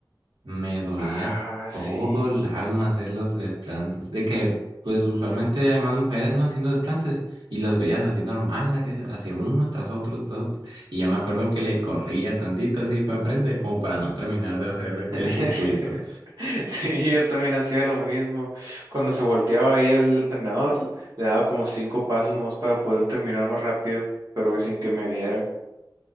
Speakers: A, on the right; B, on the right.
A: Me dolía
B: Ah, sí.
A: todo el alma hacer los desplantes. De que, pues usualmente hay más mujeres, ¿no? Haciendo desplantes. Y las veías así normal, la que hacía uno tras otro, tras otro. Y ya me acuerdo que le corría tantito así para enfrente, como para no terminar de hacer
B: <laughs>
A: el circuito.
B: Sí, yo también hacía lo mismo. Cuando se volteaba ahí el entrenador, le daba como cinco pasos nomás para poder terminar más rápido, pero que sin que me viera.